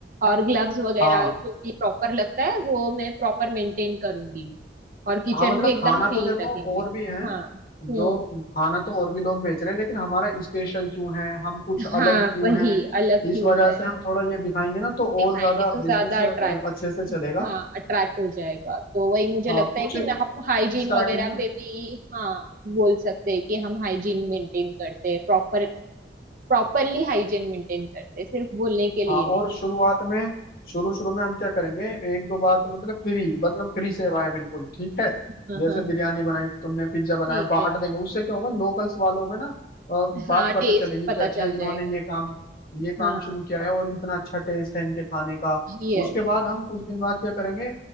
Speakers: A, on the right; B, on the left.
A: और ग्लव्स वगैरह
B: हाँ
A: जो भी प्रॉपर लगता है वो मैं प्रॉपर मेंटेन करूंगी और किचन
B: हाँ मतलब
A: भी एकदम
B: खाना
A: क्लीन
B: तो देखो
A: रखेंगे
B: और भी है
A: हाँ हम्म
B: जो खाना तो और भी लोग बेच रहे हैं लेकिन हमारा स्पेशल क्यों है हम कुछ अलग
A: हाँ
B: क्यों
A: वही
B: हैं
A: अलग
B: इस
A: क्यों
B: वजह
A: है
B: से हम थोड़ा ये दिखाएंगे ना तो
A: दिखाएंगे
B: और ज्यादा
A: तो
B: बिजनेस
A: ज्यादा अट्रैक्ट
B: अच्छे से चलेगा
A: हाँ अट्रैक्ट हो जाएगा तो वही मुझे
B: हाँ
A: लगता
B: कुछ
A: है कि मैं- हम हाइजीन
B: स्टार्टिंग
A: वगैरह
B: में
A: पे भी हाँ बोल सकते हैं कि हम हाइजीन मेंटेन करते हैं प्रॉपर प्रॉपरली हाइजीन मेंटेन करते हैं सिर्फ बोलने के
B: हाँ
A: लिए नहीं
B: और शुरुआत में शुरू शुरू में हम क्या करेंगे एक दो बार तो मतलब फ्री मतलब फ्री सेवा है बिल्कुल ठीक है
A: <laughs> हाँ
B: जैसे
A: हाँ
B: बिरयानी
A: हाँ,
B: बनाई तुमने पिज्जा बनाया
A: ठीक
B: बांट
A: है
B: देंगे उससे क्या होगा लोकल्स वालों में ना अ, बात
A: हाँ टेस्ट
B: पता चलेगी
A: पता
B: कि अच्छा
A: चल
B: इन्होंने
A: जाएगा
B: ये काम ये काम
A: हाँ
B: शुरू किया है और इतना अच्छा टेस्ट है इनके खाने का
A: यस
B: उसके बाद हम कुछ दिन बाद क्या करेंगे